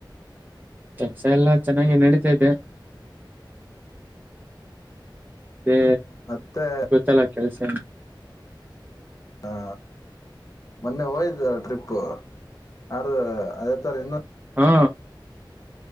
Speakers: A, on the right (about 20°); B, on the left (about 45°).
A: ಕೆಲಸ ಎಲ್ಲಾ ಚೆನ್ನಾಗಿ ನಡೀತಾದೆ ಅದೇ
B: ಮತ್ತೆ
A: ಗೊತ್ತಲ್ಲ ಕೆಲ್ಸ
B: ಹಾ ಮೊನ್ನೆ ಹೋಯ್ದ ಟ್ರಿಪ್ ಅ ಅದೇ ತರ ಇನ್ನೊ
A: ಹಾ